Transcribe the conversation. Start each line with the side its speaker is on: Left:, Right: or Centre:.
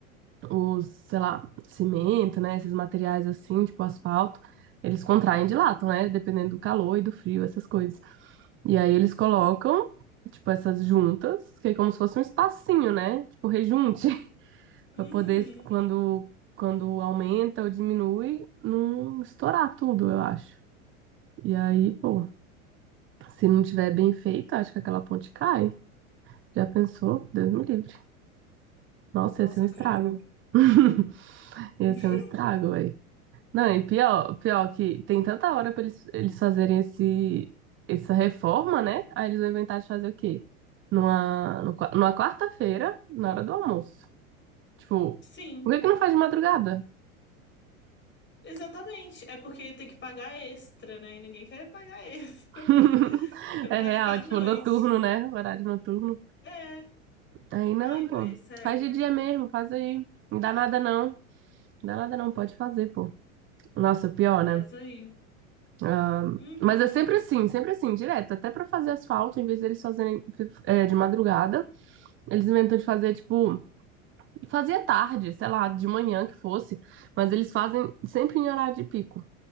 Right: os, sei lá, cimento, né? Esses materiais assim, tipo asfalto, eles contraem e dilatam, né? Dependendo do calor e do frio, essas coisas. E aí eles
Left: Sim.
Right: colocam, tipo, essas juntas, que é como se fosse um espacinho, né? Tipo, rejunte, <laughs>
Left: Uhum.
Right: pra poder, quando, quando aumenta ou diminui, não estourar tudo, eu acho. E aí, pô, se não tiver bem feita, acho que aquela ponte cai. Já pensou? Deus me livre. Nossa,
Left: Nossa,
Right: ia ser um estrago.
Left: credo.
Right: <laughs> Ia
Left: <laughs>
Right: ser um estrago, velho. Não, e pior, pior que tem tanta hora pra eles, eles fazerem esse, essa reforma, né? Aí eles vão inventar de fazer o quê? Numa, no qua- numa quarta-feira, na hora do almoço. Tipo,
Left: Sim.
Right: por que que não faz de madrugada?
Left: Exatamente. É porque tem que pagar extra, né? E ninguém quer pagar extra
Right: <laughs>
Left: <laughs>
Right: É
Left: pra
Right: real,
Left: ficar
Right: é
Left: à noite.
Right: tipo, noturno, né? Horário noturno.
Left: É.
Right: Aí não,
Left: Ai, véi,
Right: pô.
Left: sério.
Right: Faz de dia mesmo, faz aí. Não dá nada não. Não dá nada não, pode fazer, pô. Nossa, pior,
Left: Faz
Right: né?
Left: aí.
Right: Ah,
Left: Uhum.
Right: mas é sempre assim, sempre assim, direto. Até pra fazer asfalto, em vez deles fazerem eh, de madrugada. Eles inventam de fazer, tipo, fazia tarde, sei lá, de manhã que fosse, mas eles fazem sempre em horário de pico.